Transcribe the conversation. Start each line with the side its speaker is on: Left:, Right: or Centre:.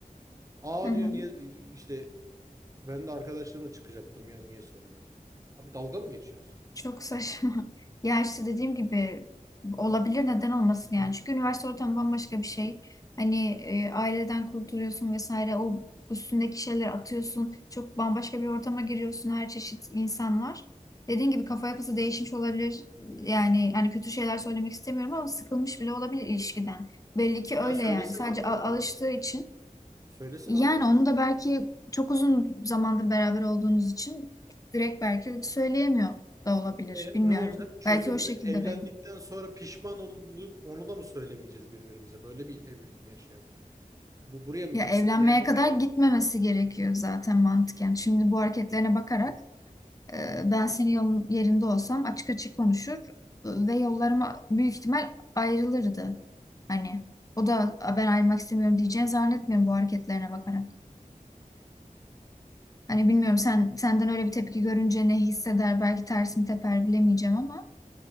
Right: Aa
Left: Hı hı.
Right: diyor niye işte ben de arkadaşlarımla çıkacaktım ya niye söylemedin? Abi dalga mı geçiyorsun
Left: Çok saçma. <laughs> Ya işte dediğim gibi olabilir neden olmasın yani. Çünkü üniversite ortamı bambaşka bir şey. Hani e, aileden kurtuluyorsun vesaire o üstündeki şeyleri atıyorsun. Çok bambaşka bir ortama giriyorsun. Her çeşit insan var. Dediğim gibi kafa yapısı değişmiş olabilir. Yani hani kötü şeyler söylemek istemiyorum ama sıkılmış bile olabilir ilişkiden. Belli ki öyle
Right: sen? Ya söylesin
Left: yani. Sadece
Right: abi o
Left: a-
Right: zaman.
Left: alıştığı için
Right: Söylesin
Left: yani
Right: abi o zaman.
Left: onu da belki çok uzun zamandır beraber olduğunuz için direkt belki söyleyemiyor da olabilir.
Right: E,
Left: Bilmiyorum.
Right: ne olacak? Çözüm
Left: Belki o şekilde
Right: ne? Evlendikten
Left: benim.
Right: sonra pişman olup onu da mı söylemeyeceğiz birbirimize? Böyle bir evlilik mi yaşayalım yani? Bu buraya mı
Left: Ya
Right: gitsin?
Left: evlenmeye
Right: Yani
Left: kadar
Right: ne?
Left: gitmemesi gerekiyor zaten mantıken. Şimdi bu hareketlerine bakarak e, ben senin yolun yerinde olsam açık açık konuşur e, ve yollarıma büyük ihtimal ayrılırdı. Hani o da "A, ben ayrılmak istemiyorum diyeceğini zannetmiyorum bu hareketlerine bakarak. Hani bilmiyorum sen senden öyle bir tepki görünce ne hisseder belki tersini teper bilemeyeceğim ama